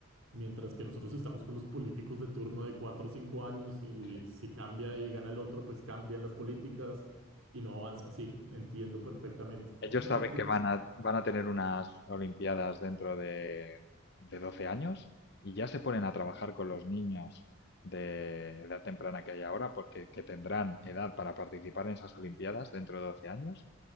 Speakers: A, on the right; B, on the left.
A: mientras que nosotros estamos con los políticos de turno de cuatro o 5 años y
B: sí.
A: si cambia y gana el otro, pues cambian las políticas y no avanza. Sí, entiendo perfectamente.
B: Ellos
A: Vamos
B: saben
A: a ver qué...
B: que van a, van a tener unas Olimpiadas dentro de, de 12 años y ya se ponen a trabajar con los niños de edad temprana que hay ahora, porque que tendrán edad para participar en esas Olimpiadas dentro de 12 años